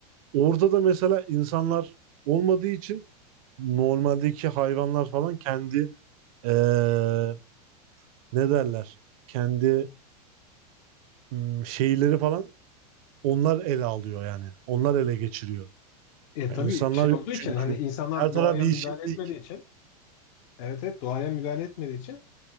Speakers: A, on the right (about 60°); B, on the left (about 55°).
A: Orada da mesela insanlar olmadığı için normaldeki hayvanlar falan kendi eee, ne derler? Kendi mm, şeyleri falan onlar ele alıyor yani. Onlar ele geçiriyor.
B: E
A: Yani
B: tabii
A: insanlar
B: şey
A: yok
B: olduğu
A: çünkü.
B: için hani insanlar
A: Her taraf
B: doğaya
A: yeşillik.
B: müdahale etmediği için evet evet doğaya müdahale etmediği için